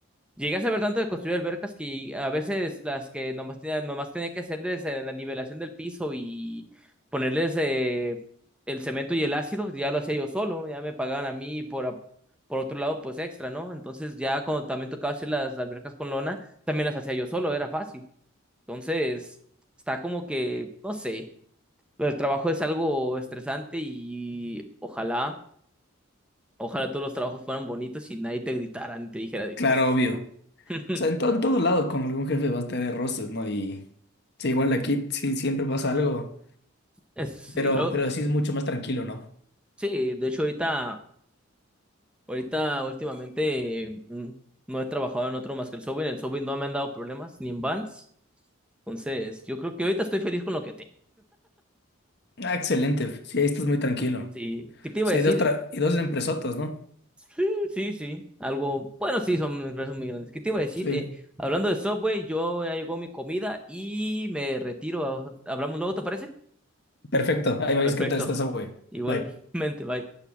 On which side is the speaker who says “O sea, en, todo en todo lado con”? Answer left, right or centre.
Left